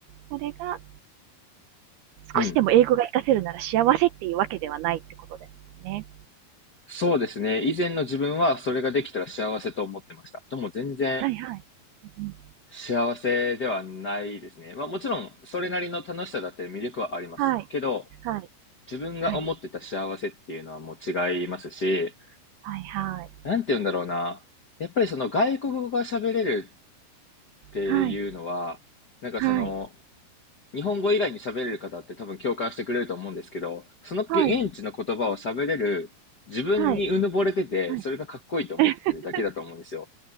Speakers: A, on the right; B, on the left.
A: それが、あの、
B: うん。
A: 少しでも英語が活かせるなら幸せっていうわけではないってことですもんね。
B: そうですね。以前の自分はそれができたら幸せと思ってました。でも全然
A: はいはい。うんうん
B: 幸せではないですね。まあもちろんそれなりの楽しさだって魅力はあります。
A: はい、
B: けど、
A: はい、
B: 自分が思ってた幸せっていうのはもう違いますし、
A: はい。はいはい。
B: なんて言うんだろうな。やっぱりその外国語が喋れるっていうのは、
A: はい。
B: なんかその、
A: はい。
B: 日本語以外に喋れる方って多分共感してくれると思うんですけど、その現地の言葉を喋れる自分にうぬぼれてて、
A: はい。はい。はい。
B: それがかっこいいと思ってるだけだと思うんですよ。
A: <laughs>